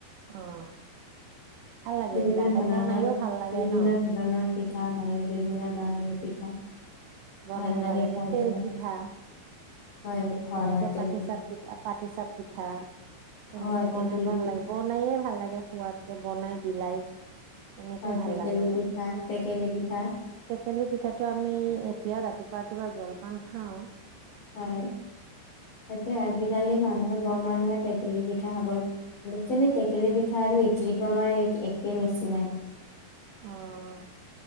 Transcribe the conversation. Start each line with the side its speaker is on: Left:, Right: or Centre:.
Right: অ' ভাল লাগে,
Left: বিভিন্ন
Right: এইবিলাক খাই
Left: ধৰণৰ
Right: বনাইয়ো ভাল লাগে ন
Left: <unintelligible> পিঠা হয়, বিভিন্ন ধৰণৰ পিঠা
Right: বনাইও
Left: ভাল লাগে খাই
Right: তেল
Left: পেলাই
Right: পিঠা
Left: হয়। হয়
Right: যেনেকে
Left: হয় তেল
Right: পাতিচাপ পিঠা, পাতিচাপ পিঠা তেনেকে
Left: হয়
Right: বনাই
Left: টেকেলি
Right: ভাল
Left: পিঠা
Right: লাগে, বনায়ে ভাল লাগে, খোৱাদকে বনাই বিলাই। তেনেকে
Left: হয়,
Right: ভাল
Left: টেকেলি
Right: লাগে আকৌ
Left: পিঠা টেকেলি পিঠা
Right: টেকেলি পিঠাটো আমি এতিয়াও ৰাতিপুৱা ৰাতিপুৱা জলপান খাওঁ।
Left: হয়, সেইটো আজিকালি মানুহে বৰ মানুহে টেকেলি পিঠা খাব যেনে টেকেলি পিঠা আৰু ইডলিটো মানে একেই নিচিনা।
Right: অহ।